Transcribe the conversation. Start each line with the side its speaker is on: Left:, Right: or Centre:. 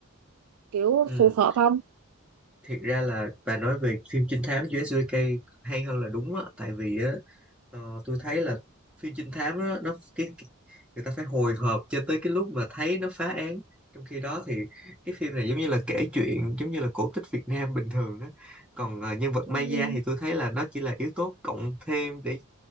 Right: kiểu
Centre: ừ,
Right: phù hợp không
Centre: thiệt ra là bà nói về phim trinh thám USJK hay hơn là đúng á tại vì á, Ờ, tôi thấy là phim trinh thám đó, nó cái, cái người ta phải hồi hộp cho tới cái lúc mà thấy nó phá án trong khi đó thì cái phim này giống như là kể chuyện giống như là cổ tích Việt Nam bình thường á còn ờ, nhân vật
Right: Ừ.
Centre: Maya thì tôi thấy là nó chỉ là yếu tố cộng thêm để